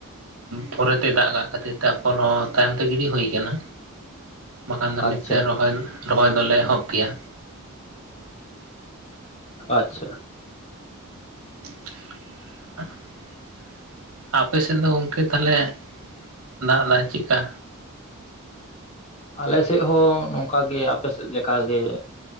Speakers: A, on the right; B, on the left.
A: ᱯᱚᱨᱮᱛᱮ ᱫᱟᱜ ᱠᱟᱜ ᱠᱷᱟᱹᱛᱤᱨ ᱛᱮ ᱟᱨᱯᱚᱨ ᱦᱚᱸ ᱛᱟᱭᱚᱢ ᱛᱮ ᱜᱤᱰᱤ ᱦᱩᱭ ᱟᱠᱟᱱᱟ ᱵᱟᱠᱷᱟᱱ ᱫᱚ ᱱᱤᱛᱛᱮ
B: ᱟᱪᱪᱷᱟ
A: ᱨᱚᱦᱚᱭ ᱨᱚᱦᱚᱭ ᱫᱚᱞᱮ ᱮᱦᱚᱵ ᱠᱮᱭᱟ
B: ᱟᱪᱪᱷᱟ
A: <inaudible> ᱟᱯᱮ ᱥᱮᱫ ᱫᱚ ᱜᱚᱢᱠᱮ ᱛᱟᱦᱚᱞᱮ ᱫᱟᱜ ᱮᱫᱟ ᱪᱮᱫᱠᱟ?
B: ᱟᱞᱮ ᱥᱮᱫ ᱦᱚᱸ ᱱᱚᱝᱠᱟ ᱜᱮ ᱟᱯᱮ ᱥᱮᱫ ᱞᱮᱠᱟ ᱜᱮ᱾